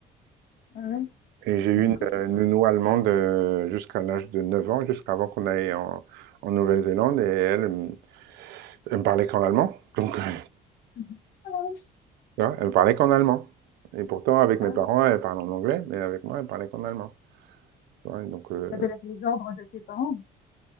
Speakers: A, on the left; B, on the right.
A: Ah ouais.
B: Et j'ai eu
A: Du
B: une
A: coup, c'est...
B: euh, nounou allemande euh, jusqu'à l'âge de 9 ans, jusqu'avant qu'on aille en, en Nouvelle-Zélande. Et elle, euh, elle me parlait qu'en allemand. Donc, <laughs>
A: Mhm. Ah ouais.
B: Tu vois, elle parlait qu'en allemand. Et pourtant, avec mes
A: Ah
B: parents,
A: ouais.
B: elle parlait en anglais, mais avec moi, elle parlait qu'en allemand. Tu vois, donc, euh,
A: Ça doit être les ordres de tes parents.